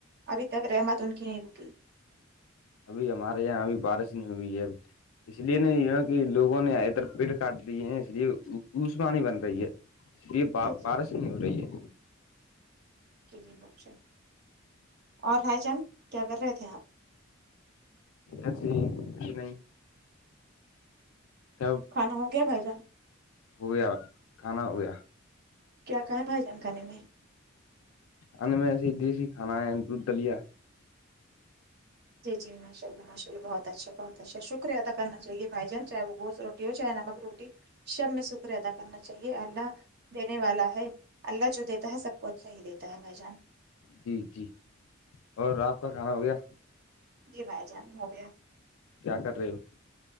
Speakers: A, on the right; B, on the left.
A: ابھی تک رحمت ان کی نہیں رکی
B: ابھی ہمارے یہاں ابھی بارش نہیں ہوئی ہے اب اس لیے نہیں کہ لووں نے ا اتر پیڑ کاٹ دیے ہیں اس لیے عسمانی بن رہی ہے سری
A: جی جی
B: پارس نہیں ہو رہی ہے
A: ج جی اور بھائی چند کیا کر رہے تھے آپ
B: اسی کھ نہیںائ سؤ
A: کھا ہو کیا کھ جانا
B: ہویا کھانا ہویا
A: کیا کہا ہے بھائی جانکانے میں
B: انے میں ایسے ہی دیسی کھانا ہے دودھ دلیا
A: جی جی ماشء اللہ ماشاءلہ بہت اچھا بہت اچھا شکہ ادا کرنا چاہے بائی جان چاہے وہ گز روٹی ہواہے نمک روٹی شب میں شکر ادا کرنا چاہیے اللہ دینے والا ہے اللہ جو دیتا ہے سب کو اچھا ہی دیتا ہے بھائی جان
B: جی جی اور آپ کا کھانا ہو گیا
A: جی بھائی جان ہو گیا
B: کیا کر رہے ہو